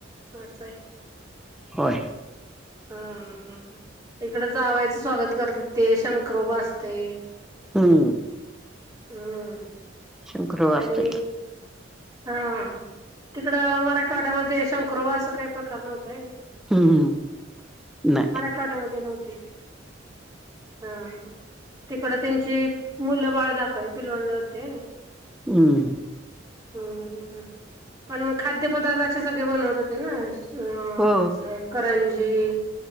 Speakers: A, on the right (about 20°); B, in the centre.
A: असय
B: हो
A: हा हा इकड जावयाचं स्वागत करत्यात ते शंकरोबा असतय
B: हम्म
A: हम,
B: शंकरपाळी असते
A: आणि हा तिकड मराठवाड्यामध्ये शंकरुबा असं काही प्रकार नव्हता व्हय नि
B: हम्म हम्, नाही
A: कडे मध्ये नव्हते ती हा हा. तिकड त्यांची मुलं बाळ दाखववी पिलवंड होती. व्हय नि
B: हम्म.
A: ह्म ह पण खाद्य पदार्थाचे सगळे बनवत होते ना. अ
B: हो
A: स करंजी.